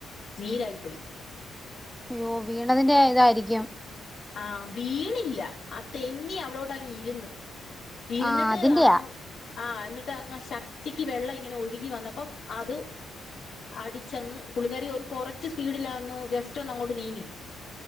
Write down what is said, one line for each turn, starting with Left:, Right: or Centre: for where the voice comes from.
Left: നീരായി പോയി
Centre: അയ്യോ വീണതിന്റായതായിരിക്കും
Left: ആഹ് വീണില്ല അ തെന്നി അവടോട്ടങ്ങിരുന്ന് ഇരുന്നിട്ട്
Centre: ആഹ് അതിന്റെയാ
Left: ആം ആ ന്ന്ട്ട് അങ്ങ് ശക്തിക്ക് വെള്ളം ങ്ങനെ ഒഴുകി വന്നപ്പം അത് അടിച്ചങ്ങ് പുള്ളിക്കാരി ഒരു കൊറച്ച് സ്പീഡില്ലാന്ന് ജസ്റ്റൊന്നങ്ങോട്ട് നീങ്ങി